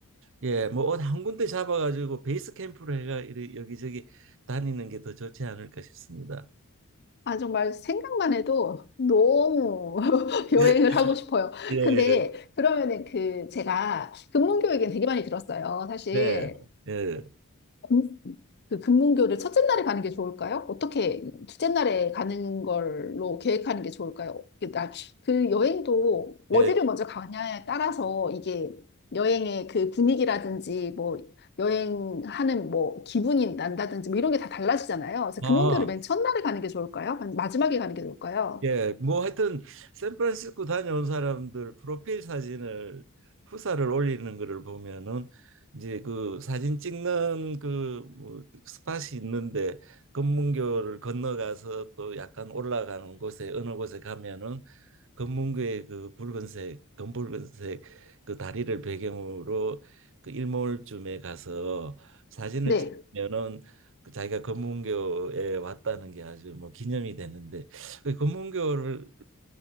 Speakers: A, on the right (about 60°); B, on the left (about 50°).
A: 예, 뭐 어디 한 군데 잡아가지고 베이스 캠프로 해가 이리- 여기저기 다니는 게 더 좋지 않을까 싶습니다.
B: 아, 정말 생각만 해도 너무 <laughs> 여행을
A: <laughs>
B: 하고 싶어요.
A: 예, 예.
B: 근데 그러면은 그 제가 근문 교육엔 되게 많이 들었어요. 사실.
A: 네. 예,
B: 네. 그 금문교를 첫째 날에 가는 게 좋을까요? 어떻게 둘째 날에 가는 걸로 계획하는 게 좋을까요? 그 날- 그 여행도 어디를
A: 예.
B: 먼저 가냐에 따라서 이게 여행의 그 분위기라든지 뭐 여행하는 뭐 기분이 난다든지 뭐 이런 게 다 달라지잖아요. 그래서
A: 아,
B: 금문교를 맨 첫날에 가는 게 좋을까요? 아니면 마지막에 가는 게 좋을까요?
A: 예, 뭐 하여튼 샌프란시스코 다녀온 사람들 프로필 사진을 후사를 올리는 거를 보면은 이제 그 사진 찍는 그뭐 스팟이 있는데 금문교를 건너가서 또 약간 올라가는 곳에 어느 곳에 가면은 검문고의 그 붉은색 검붉은색 그 다리를 배경으로 그 일몰쯤에 가서 사진을
B: 네.
A: 찍으면은 그 자기가 검문교에 왔다는 게 아주 뭐 기념이 되는데 그 검문교를